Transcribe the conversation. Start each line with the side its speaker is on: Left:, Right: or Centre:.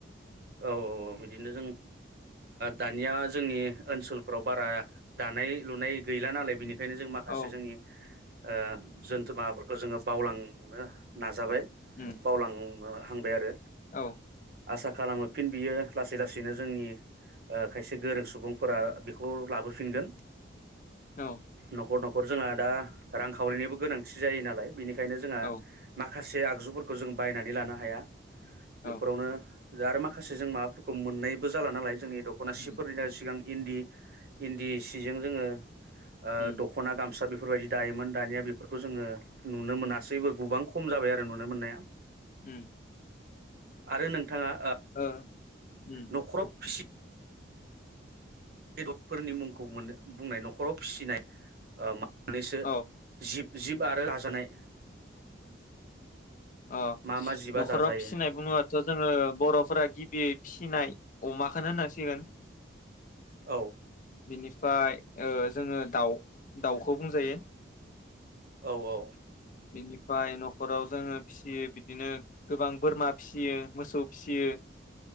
Right: औ औ औ बिदिनो जों दानिया जोंनि ओनसोलफोराव बारा दानाय लुनाय गैला नालाय बिनि खायनो जों माखासे
Left: औ
Right: जोंनि ओ जोनथुमा फोरखौ जोङो बावलांनो नाजाबाय
Left: उम
Right: बावलां- हांबाय आरो
Left: औ
Right: आसा खालामोफिन बियो लासै लासैनो जोंनि खायसे गोरों सुबुंफोरा बेखौ लाबोफिनगोन।
Left: औ
Right: न'खर न' खर जोंहा दा रांखावरिनिबो गोनांथि जायो नालाय बेनि- खायनो जोंहा
Left: औ
Right: माखा से आगजुफोरखौ जों बायनानै लानो हाया। बेफोरावनो
Left: औ
Right: दा आरो माखासे जों माबाफोरखौ मोननायबो जाला नालाय जोंनि दख'नासिफोरनिनो
Left: उम
Right: सिगां इन्दि इन्दि सिजों जोङो ओ
Left: उम
Right: दख'ना गामसा बेफोर बेफोरबायदि दायोमोन दानिया बेफोरखौ जोङो नुनो मोनासैबो गोबां खम जाबाय आरो नुनो मोननाया।
Left: उम
Right: आरो नों थाङा
Left: ओ उम
Right: न'खराव बेदरफोरनि मुंखौ बुंनाय न'खराव फिसिनाय ओ मानैसो
Left: औ
Right: जिब जिब आरो जाजानाय
Left: अ
Right: मा मा जिबा
Left: न'खराव
Right: जाजायो
Left: फिसिनाय बुङोबाथ' जोङो बर'फोरा गिबियै फिसिनाय अमाखौनो होननांसिगोन।
Right: औ
Left: बिनिफ्राय ओ जोङो दाउ दाउखौ बुंजायो
Right: औ औ
Left: बेनि फाय न'खराव जोङो फिसियो बिदिनो गोबां बोरमा फिसियो मोसौ फिसियो